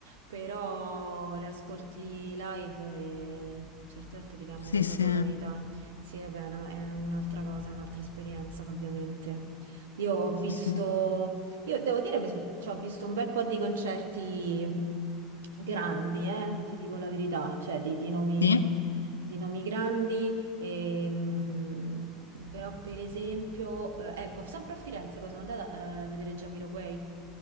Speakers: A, on the right (about 75°); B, on the left (about 85°).
A: però le ascolti live e certe volte ti cambiano
B: Sì,
A: proprio
B: sì,
A: la vita. Sì, vabbè, è una- è un'altra cosa, è un'altra esperienza, ovviamente. Io ho visto,
B: sì, sì.
A: io devo dire, mi so- cioè, ho visto un bel po' di concerti grandi, eh, ti dico la verità, cioè di di nomi
B: Sì,
A: di nomi grandi. Ehm, però per esempio, eh, ecco, sempre a Firenze, poi sono andata eh, a vedere Jamiroquai,